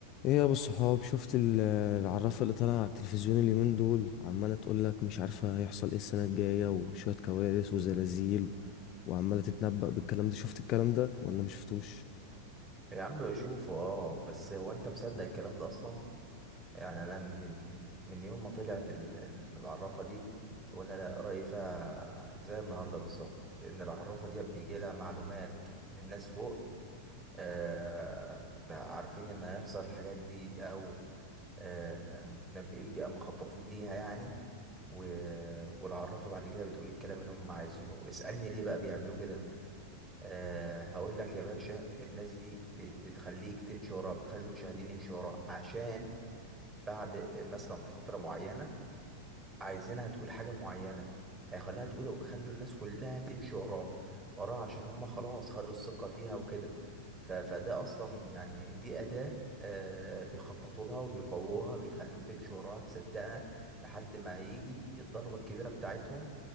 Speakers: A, on the left; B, on the right.
A: ايه يا ابو الصحاب شفت ال- العرافه اللي طالعه على التلفزيون اليومين دول عماله تقول لك مش عارفه هيحصل ايه السنه الجايه وشويه كوارث وزلازل وعماله تتنبأ بالكلام ده شفت الكلام ده ولا مش شفتوش
B: يا عم بشوفه اه بس هو انت مصدق الكلام ده اصلا يعني انا من من من يوم ما طلعت ال- العرافه دي وانا لا- رايي فيها زي النهارده بالظبط ان العرافه دي بيجي لها معلومات من ناس فوق آه عارفين ان هيحصل الحاجات دي او آه، متنبئين بيها مخططين ليها يعني و... والعرافة بعد كده بتقول الكلام اللي هم عايزينه اسألني ليه بقى بيعملوا كده أه هقول لك يا باشا الناس دي ب- بتخليك تمشي وراها بتخلي المشاهدين يمشوا وراها عشان بعد آه، مثلا في فترة معينة عايزينها تقول حاجة معينة هيخليها تقولها ويخلوا الناس كلها تمشي وراه وراه عشان هم خلاص خدوا الثقة فيها وكده ف... فده أصلا يعني دي أداة آه بيخططوا لها وبيقووها بيخلوك تمشي وراها تصدقها لحد ما هيجي الضربة الكبيرة بتاعتهم